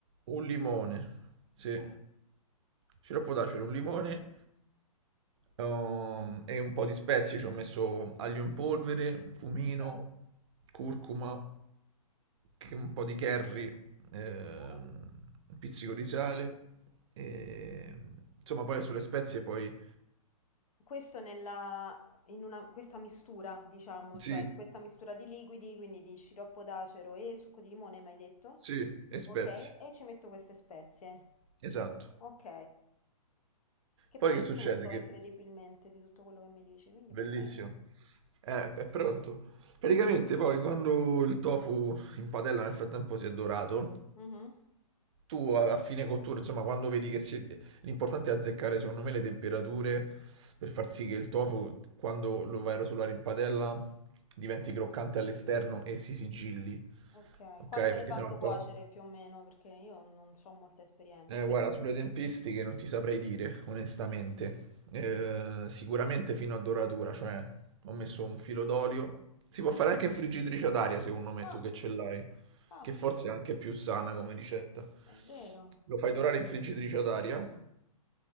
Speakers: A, on the right (about 50°); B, on the left (about 70°).
A: Un limone, sì.
B: Mm,
A: Ce lo può dare, c'era un limone ehm, e un po' di spezie. Ci ho messo aglio in polvere, cumino,
B: Ok.
A: curcuma, che- un po' di curry, ehm,
B: Ok.
A: un pizzico di sale. E... Insomma, poi sulle spezie poi...
B: Questo nella, in una, questa mistura, diciamo,
A: Sì,
B: cioè questa mistura di liquidi, quindi di sciroppo d'acero e succo di limone, mi hai detto?
A: sì, e spezie,
B: Ok, e ci metto queste spezie.
A: esatto.
B: Ok. Che
A: Poi
B: poi
A: che
B: ho
A: succede?
B: tutto,
A: Che...
B: incredibilmente, di tutto quello che mi dici, quindi
A: Bellissimo.
B: potrei...
A: Eh, è pronto. Praticamente poi quando il tofu in padella nel frattempo si è dorato,
B: Mhm.
A: tu a a fine cottura, insomma, quando vedi che si... L'importante è azzeccare, secondo me, le temperature per far sì che il tofu, quando lo vai a rosolare in padella, diventi croccante all'esterno e si sigilli.
B: Ok,
A: Ok?
B: quanto
A: Perché
B: l'hai fatto
A: sennò il
B: cuocere
A: tofu...
B: più o meno? Perché io non ho molta esperienza.
A: Eh, guarda, sulle tempistiche non ti saprei dire, onestamente. Eh, sicuramente fino a doratura, cioè ho messo un filo d'olio. Si può fare anche in friggitrice ad aria, secondo me,
B: Ah,
A: tu che ce l'hai,
B: ah,
A: che forse è anche più sana come ricetta.
B: è vero.
A: Lo fai dorare in friggitrice ad aria